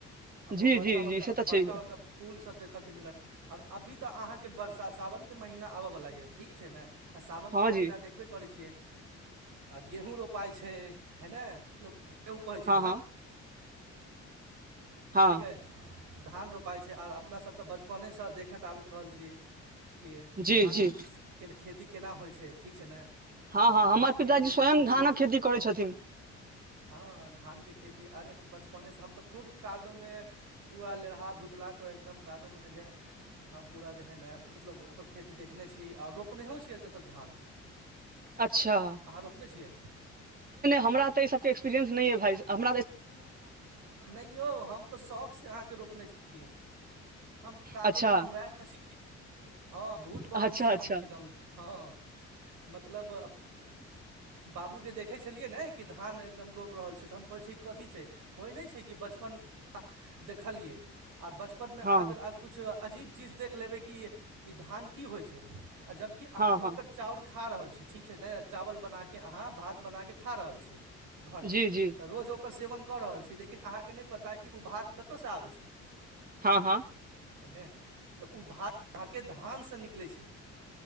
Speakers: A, on the right; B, on the right.
A: आओ ओहो
B: जी
A: बड़का
B: जी
A: बड़का
B: जी से तऽ
A: बड़का
B: छैहे
A: बड़का पुल सब देखऽके मिलत ओर अभी तऽ अहाँके बरसा साावन के महीना आबय वला य ठीक छै ने आ सावन
B: हँ
A: महीना
B: जी
A: देखबे करै छियै आ गेहूं रोपाइ छै है ने के ओ कहै छै
B: हँ
A: धा
B: हँ हँ
A: ठीकै धान रोपाइ छै ओर अपनासब तऽ बचपनेसँ देखैत आबैत रहल छी के
B: जी
A: धानके
B: जी
A: केना खेती केना होइ छै ठीक छै ने
B: हँ हँ हमर
A: धानके
B: पिताजी
A: खेती
B: स्वयं
A: गेहूँ
B: धानक खेती करै छथिन
A: हँ धानके खेती अरे हम बचपनेसँ हम तऽ खुद काजो में पूरा लेरहा भुतला क एकदम कादोम है जे हम पूरा जे हइ ने मतलब ओकर खेती देखने छी आ रोपनेहो छी एतऽ तक धान
B: अच्छा
A: अहाँ रोपने छियै
B: हमरा तऽ ई सब एकसपीरियंस हम
A: नय यौ हम तऽ शौक सँ अहाँ के रोपने छीयै हम कादो
B: अच्छा,
A: में उङ्घराएल अछि हँ भूत बनल
B: अच्छा,
A: छी हम
B: अच्छा,
A: एकदम हँ मतलब बाबूके देखै छलियै ने कि धान एकदम रोइप रहल छै तऽ हम कहैत छ ई कथी छै होइ नय छै कि बचपनमे देखलियै आर बचपन में अहाँ
B: हाँ,
A: अगर किछ अजीब चीज देख लेबै की ई धान की होइ छै आओ जबकि
B: हाँ,
A: अहाँ
B: हाँ,
A: ओकर चाउर खा रहल छी ठीक छै ने चावल बनाके अहाँ भात बनाके खा रहल छी घरमे
B: जी, जी,
A: रोज ओकर सेवन कऽ रहल छी लेकिन अहाँके नय पता कि ओ भात कतयसँ आबै छै
B: हँ हँ
A: हं ने तऽ ओ भार के धानसँ निकलै छै